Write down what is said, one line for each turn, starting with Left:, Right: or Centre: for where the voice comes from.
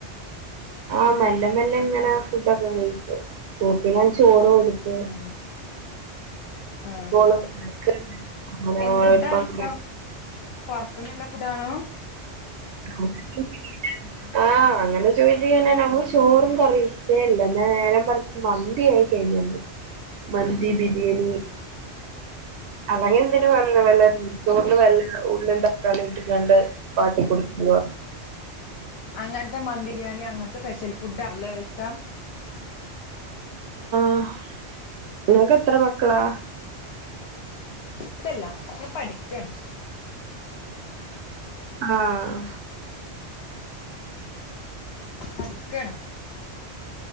Right: ആഹ് മെല്ലെ മെല്ലെ ഇങ്ങനെ ഫുഡൊക്കെ കയിക്കും ഓക്ക് ഞാൻ ചോറ് കൊടുത്ത്
Left: ഉം ആഹ്
Right: <unintelligible>
Left: എന്ത്
Right: ഓളിപ്പ
Left: ഫുഡാണ്
Right: അങ്ങനെ
Left: ഇഷ്ടം പൊറത്തുന്ന്‌ല്ല ഫുഡാണോ
Right: <unintelligible> ആഹ് അങ്ങനെ ചോദിച്ച് കഴിഞ്ഞാൽ നമ്മക്ക് ചോറും കറിയും ഇഷ്ടേല്ല എന്നാ നേര മറിച്ച് മന്തി ആയി കഴിഞ്ഞലോ മന്തി
Left: ഉം
Right: ബിരിയാണി അങ്ങനെ എന്തിന് വന്ന് നെയ്ച്ചോറില് വല്ല ഉള്ളിം തക്കാളിം ഇട്ടിക്കാണ്ട് വാട്ടി കൊടുക്കുവാ
Left: അങ്ങനത്തെ മന്തി ബിരിയാണി അങ്ങനത്തെ സ്പെഷ്യൽ ഫുഡ് ആണല്ലേ ഇഷ്ടം
Right: അഹ് നിങ്ങൾക്കെത്ര മക്കളാ
Left: ഇല്ലല്ലാ ഞാൻ പഠിക്കാണ്
Right: ആഹ്
Left: പഠിക്കാണ്